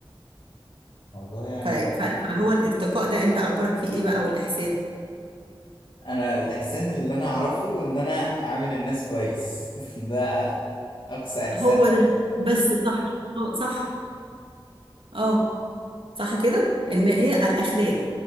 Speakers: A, on the left (about 60°); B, on the right (about 75°).
A: والله يعني
B: ف- ف- فهو الارتقاء ده أنت أخبارك فيه إيه بقى والإحسان
A: أنا الإحسان اللي أنا أعرفه إن أنا أعامل الناس كويس <laughs> ده أقصى إحسان
B: هو ده بس صح اه صح اه صح كده إن إيه الأخلاق